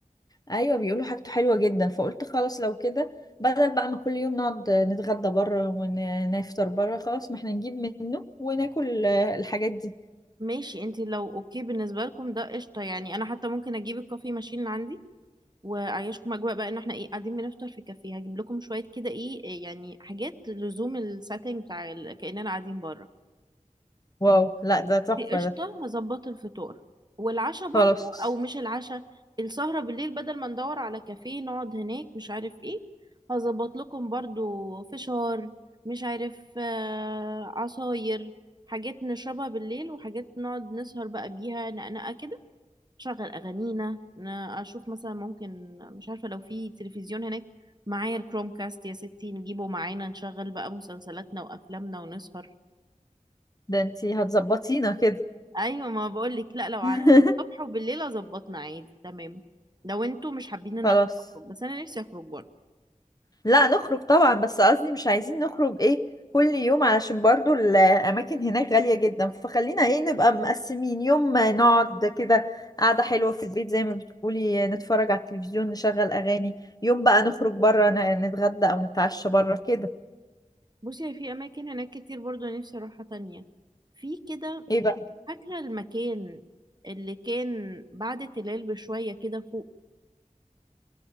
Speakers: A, on the left; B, on the right.
A: ايوه بيقولوا حاجته حلوه جدا فقلت خلاص لو كده بدل بقى ما كل يوم نقعد نتغدى بره ونفطر بره خلاص ما احنا نجيب منه وناكل آه، الحاجات دي
B: ماشي انت لو اوكي بالنسبه لكم ده قشطه يعني انا حتى ممكن اجيب الكافي ماشين اللي عندي وعيشكم اجواء بقى ان احنا ايه قاعدين بنفطر في كافيه هجيب لكم شويه كده ايه إيه يعني حاجات لزوم السيتنج بتاع ال- كاننا قاعدين بره
A: واو لا ده تحفه
B: دي قشطه
A: ده
B: هظبط الفطار والعشاء برضو
A: خلاص
B: او مش العشاء السهره بالليل بدل ما ندور على كافيه نقعد هناك مش عارف ايه هظبط لكم برضو فشار مش عارف آه، عصاير حاجات نشربها بالليل وحاجات نقعد نسهر بقى بيها نقنقه كده شغل اغانينا ن- اشوف مثلا ممكن مش عارفه لو في تلفزيون هناك معايا الكروم كاست يا ستي نجيبه معانا نشغل بقى مسلسلاتنا وافلامنا ونسهر
A: ده انتي هتظبطينا كده
B: ايوه ما بقول لك لا لو
A: <laughs>
B: على الصبح وبالليل ظبطنا عادي تمام لو انتوا مش حابين ان
A: خلاص
B: احنا نخرج بس انا نفسي اخرج برضه
A: لا نخرج طبعا بس قصدي مش عايزين نخرج ايه كل يوم علشان برضو الاماكن هناك غالية جدا فخلينا ايه نبقى مقسمين يوم ما نقعد كده قعدة حلوة في البيت زي ما بتقولي نتفرج على التلفزيون نشغل اغاني يوم بقى نخرج بره ن- نتغدى او نتعشى بره كده
B: بصي هي في اماكن هناك كتير برضه نفسي اروحها تانية في كده
A: ايه بقى
B: فاكره المكان اللي كان بعد تلال بشويه كده فوق